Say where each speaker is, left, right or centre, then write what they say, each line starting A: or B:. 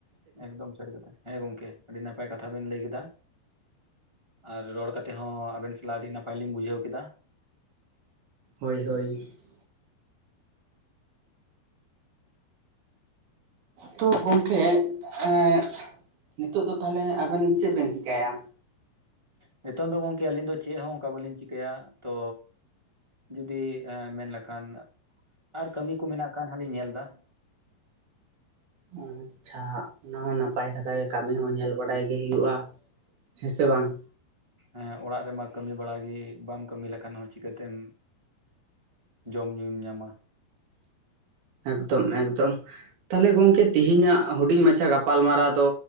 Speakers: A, on the right; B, on the right.
A: ᱮᱠᱫᱚᱢ ᱥᱟᱹᱨᱤ ᱠᱟᱛᱷᱟ, ᱦᱮᱸ ᱜᱚᱢᱠᱮ ᱟᱹᱰᱤ ᱱᱟᱯᱟᱭ ᱠᱟᱛᱷᱟ ᱵᱮᱱ ᱞᱟᱹᱭ ᱠᱮᱫᱟ ᱾ ᱟᱨ ᱨᱚᱲ ᱠᱟᱛᱮᱫ ᱦᱚᱸ ᱟᱵᱮᱱ ᱥᱟᱞᱟᱜ ᱟᱹᱰᱤ ᱱᱟᱯᱟᱭ ᱞᱤᱧ ᱵᱩᱡᱷᱟᱹᱣ ᱠᱮᱫᱟ ᱾
B: ᱦᱳᱭ ᱦᱳᱭ ᱾ ᱛᱚ ᱜᱚᱢᱠᱮ, ᱮᱸᱫ ᱱᱤᱛᱚᱜ ᱫᱚ ᱛᱟᱦᱚᱞᱮ ᱟᱵᱮᱱ ᱪᱮᱫ ᱵᱮᱱ ᱪᱤᱠᱟᱹᱭᱟ?
A: ᱱᱤᱛᱚᱝ ᱫᱚ ᱜᱚᱝᱠᱮ ᱟᱹᱞᱤᱧ ᱫᱚ ᱪᱮᱫ ᱦᱚᱸ ᱚᱱᱠᱟ ᱵᱟᱹᱞᱤᱧ ᱪᱤᱠᱟᱹᱭᱟ ᱛᱚ ᱡᱩᱫᱤ ᱢᱮᱱ ᱞᱮᱠᱷᱟᱱ ᱟᱨ ᱠᱟᱹᱢᱤ ᱠᱚ ᱢᱮᱱᱟᱜ ᱠᱷᱟᱱ ᱦᱟᱞᱤᱧ ᱧᱮᱞ ᱮᱫᱟ ᱾
B: ᱟᱪᱪᱷᱟ, ᱚᱱᱟ ᱦᱚᱸ ᱱᱟᱯᱟᱭ ᱠᱟᱛᱷᱟ ᱜᱮ ᱠᱟᱹᱢᱤ ᱦᱚᱸ ᱧᱮᱞ ᱵᱟᱲᱟᱭ ᱜᱮ ᱦᱩᱭᱩᱜᱼᱟ ᱾ ᱦᱮᱸ ᱥᱮ ᱵᱟᱝ?
A: ᱮᱸ ᱚᱲᱟᱜ ᱨᱮᱢᱟ ᱠᱟᱹᱢᱤ ᱵᱟᱲᱟ ᱜᱮ ᱵᱟᱢ ᱠᱟᱹᱢᱤ ᱞᱮᱠᱷᱟᱱ ᱦᱚᱸ ᱪᱤᱠᱟᱹ ᱛᱮᱢ ᱡᱚᱢ ᱧᱩᱢ ᱧᱟᱢᱟ ᱾
B: ᱮᱠᱫᱚᱢ ᱮᱠᱫᱚᱢ ᱾ ᱛᱟᱦᱚᱞᱮ ᱜᱚᱝᱠᱮ ᱛᱮᱦᱮᱧᱟᱜ ᱦᱩᱰᱤᱧ ᱢᱟᱪᱷᱟ ᱜᱟᱯᱟᱞ ᱢᱟᱨᱟᱣ ᱫᱚ